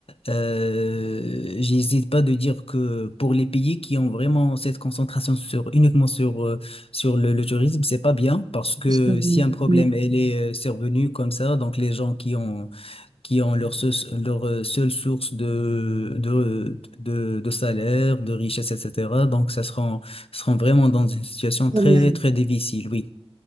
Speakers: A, on the left; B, on the right.
A: euh, j'hésite pas de dire que pour les pays qui ont vraiment cette concentration sur uniquement sur euh, sur le, le tourisme, c'est pas bien parce que
B: Parce que, Oui,
A: si un problème
B: oui,
A: elle est euh, survenu comme ça, donc les gens qui ont qui ont leur seul- leur euh, seule source de de de, de salaire, de richesse, etc. Donc ça sera seront vraiment dans une situation très
B: Problème.
A: très difficile. Oui,